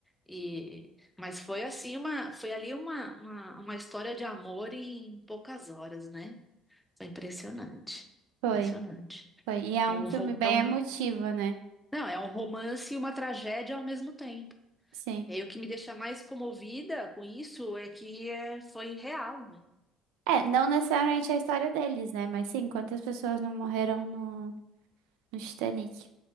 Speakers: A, in the centre; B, on the right.
A: E mas foi assim uma, foi ali uma, uma, uma história de amor em poucas horas, né? Foi impressionante.
B: foi,
A: Impressionante.
B: foi. E é
A: É
B: um
A: um,
B: filme
A: ro-
B: bem
A: é um,
B: emotivo, né?
A: não, é um romance e uma tragédia ao mesmo tempo.
B: Sim.
A: E aí, o que me deixa mais comovida com isso é que é, foi real, né?
B: É, não necessariamente a história deles, né? Mas sim, quantas pessoas não morreram no, no Titanic.